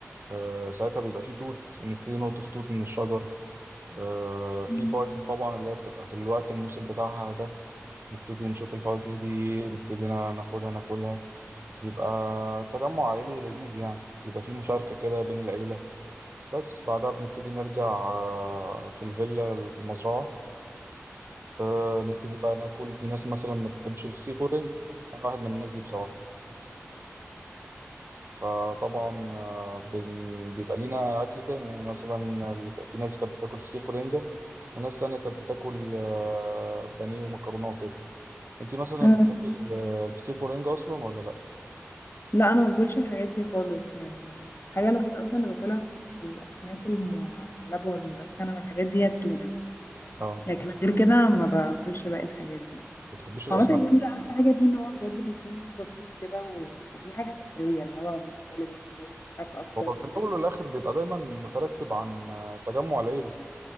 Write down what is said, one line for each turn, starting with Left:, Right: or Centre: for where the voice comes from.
Right: آه، ساعتها بيبقى فيه توت نبتدي نقطف توت من الشجر آه، في
Left: مم.
Right: فواكه طبعا اللي هي بتبقى في الوقت الموسم بتاعها ده نبتدي نشوف الفواكه دي نبتدي نا- ناخدها ناكلها بيبقى تجمع عائلي لذيذ يعني بيبقى فيه مشاركة كده بين العيلة بس بعدها بنبتدي نرجع آه، في الفيلا اللي في المزرعة آه، نبتدي بقى ناكل في ناس مثلا ما بتحبش الفسيخ والرنج وأنا واحد من الناس دي بصراحة فطبعا آه، بن- بيبقى لينا أكل تاني يعني مثلا ال- في ناس كانت بتاكل فسيخ ورنجة وناس تانية كانت بتاكل آه، بانيه ومكرونة وكده انت مثلا
Left: مم.
Right: بتحبي ال- الفسيخ والرنجة أصلا ولا لأ؟
Left: لا انا ما باكلش الحاجات دي خالص يعني الحاجه الوحيده اصلا اللي باكلها في الاسماك المعلبه والمدخنه والحاجات دي هي التونه
Right: اه
Left: لكن غير كده ما باكلش باقي الحاجات دي
Right: بتحبيش الأسماك
Left: عامه اليوم ده احلى حاجه فيه ان هو بجد بيكون يوم بسيط كده و... وفي حاجه سحريه الهواء مختلف الناس بتضحك اكتر
Right: هو في
Left: الدنيا
Right: الأول والآخر بيبقى دايما مترتب عن آه، تجمع العيلة